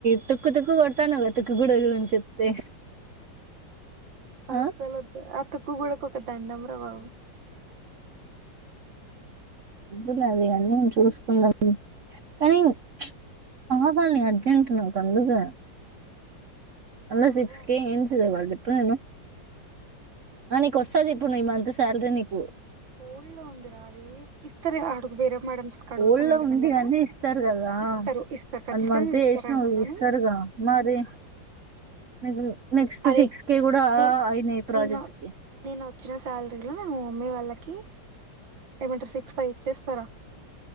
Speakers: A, on the right; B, on the right.
A: తుక్కు తుక్కు కొట్టాఅన్నావగ తుక్కు గూడం గురించి చెప్తే.
B: అస్సులొద్దు
A: ఆ,
B: అత్. తుక్కు గుడ ఒక దండం రా బాబు.
A: వద్దులే అది అన్నేము చూసుకుందాం కానీ చ్చ కావాలి అర్జెంట్ నాకు అందుకే. అన్న
B: మా
A: సిక్స్కి
B: ఊ అర్జెంట్
A: ఏం చదువల ఎప్పుడైనా. ఆ నీకొస్తది ఇప్పుడు ఈ మంత్ శాలర్రి నీకు.
B: హోల్డో ఉందిరా అది ఇస్తారే అడుగు వేరే. మేడమ్స్ అడుగుతే
A: ఊళ్ళో
B: మెల్లమెల్లగా
A: ఉంది అనీ ఇస్తారు కదా
B: ఇస్తారు ఇస్తారు ఖచ్చితంగా
A: వన్ మంత్
B: ఇస్తారంట
A: చేసినావు
B: కానీ
A: ఇస్తారు గా మరి.
B: ఇస్తారు
A: నగలు. నెక్స్ట్
B: అరే
A: సిక్స్టి గూడా
B: నేను
A: అయినాయి ప్రాజెక్ట్
B: నేను
A: కి.
B: నేను వచ్చిన శాలరీలో నేను మా మమ్మీ వాళ్ళకి ఏమంటారు సిక్స్ ఫైయి ఇచ్చేస్తారా.